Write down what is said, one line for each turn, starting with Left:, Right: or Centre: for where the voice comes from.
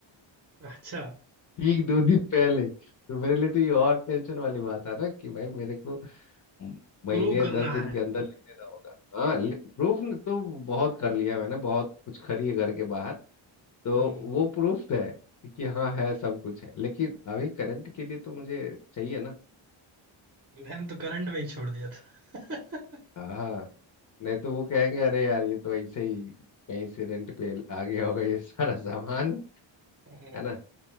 Right: अच्छा
Left: ठीक दो दिन पहले तो मेरे लिए तो ये और टेंशन वाली बात है ना कि भाई मेरे को म- महीने
Right: प्रूव करना
Left: दस दिन
Right: है
Left: के अंदर लिख लेना होगा हाँ प्रूफ तो बहुत कर लिया मैंने बहुत कुछ खरी है घर के बाहर तो
Right: हम्म
Left: वो प्रूफ है कि हाँ है
Right: हम्म,
Left: सब कुछ है लेकिन अभी करंट के लिए तो मुझे चाहिए ना
Right: मैंने तो करंट में ही छोड़ दिया था <laughs>
Left: हाँ नहीं तो वो कहेंगे अरे यार ये तो ऐसे ही कहीं से रेंट पे आ गया होगा ये सारा सामान
Right: हम्म,
Left: है ना